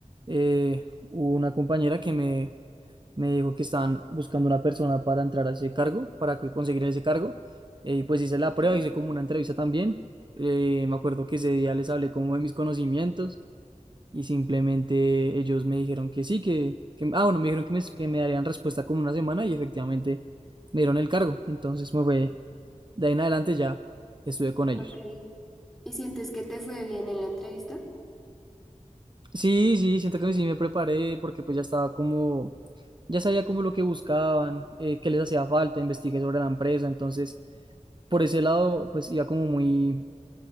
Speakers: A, on the right; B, in the centre.
A: eh, hubo una compañera que me, me dijo que estaban buscando una persona para entrar a ese cargo, para que- conseguir ese cargo, eh, y pues hice la
B: Sí,
A: prueba, hice como una entrevista también. Eh, me acuerdo que ese día les hablé como de mis conocimientos y simplemente ellos me dijeron que sí, que, que ah, bueno, me dijeron que me, que me darían respuesta como una semana y efectivamente me dieron el cargo, entonces me fue De ahí en adelante ya estuve con
B: ok.
A: ellos.
B: ¿Y sientes que te fue bien en la entrevista?
A: Sí, sí, siento que sí me preparé porque pues ya estaba como, ya sabía como lo que buscaban, eh, qué les hacía falta, investigué sobre la empresa, entonces por ese lado pues iba como muy,